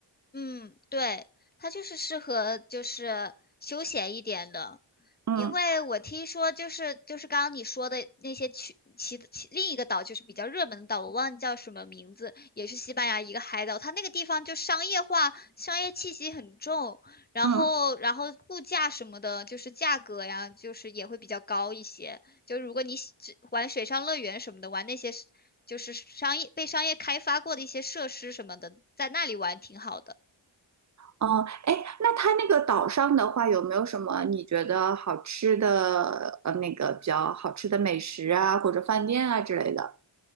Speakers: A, on the left (about 20°); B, on the right (about 40°).
A: 嗯，对，它就是适合就是休闲一点的，
B: 嗯
A: 因为我听说就是就是刚刚你说的那些去其其另一个岛就是比较热门的岛，我忘记叫什么名字，也是西班牙一个海岛，它那个地方就商业化，商业气息很重，然后然后物价什么的，
B: 嗯。
A: 就是价格呀，就是也会比较高一些。就如果你喜只玩水上乐园什么的，玩那些是就是商业被商业开发过的一些设施什么的，在那里玩挺好的。
B: 哦，哎，那它那个岛上的话，有没有什么你觉得好吃的，呃，那个比较好吃的美食啊，或者饭店啊之类的？